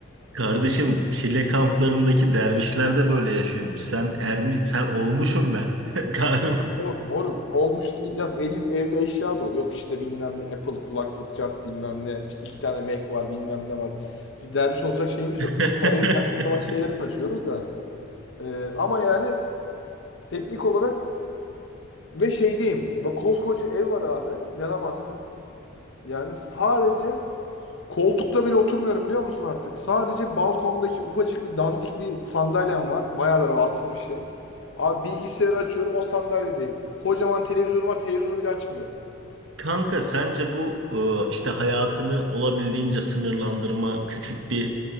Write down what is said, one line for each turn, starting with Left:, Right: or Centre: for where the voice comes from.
Right: Kardeşim Çile kamplarındaki dervişler de böyle yaşıyormuş. Sen ermi sen olmuşum ben. <laughs> karım.
Left: Yok moruk olmuş değil canım. 50 evde eşya dolu. Yok işte bilmem ne Apple kulaklık cart bilmem ne. İşte iki tane Mac var bilmem ne var. Biz derviş olacak şeyimiz
Right: <laughs>
Left: yok. Biz parayı saçma sapan şeylere saçıyoruz da. Ee, ama yani teknik olarak ve şey diyeyim, Bak koskoca ev var abi. İnanamazsın. Yani sadece koltukta bile oturmuyorum biliyor musun artık? Sadece balkondaki ufacık bir dandik bir sandalyem var. Bayağı da rahatsız bir şey. Abi bilgisayarı açıyorum o sandalyedeyim. Kocaman televizyonum var televizyonu bile açmıyorum.
Right: Kanka sence bu e, işte hayatını olabildiğince sınırlandırma, küçük bir